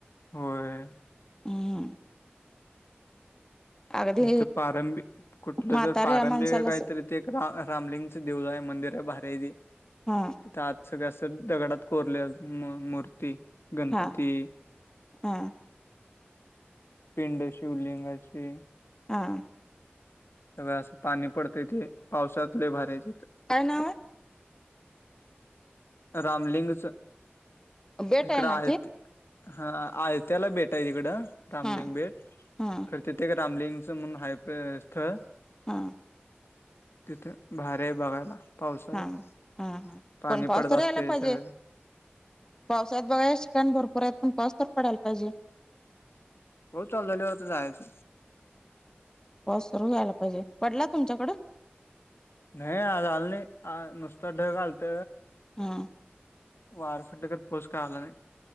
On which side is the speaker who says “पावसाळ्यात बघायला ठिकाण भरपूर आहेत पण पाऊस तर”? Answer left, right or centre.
Left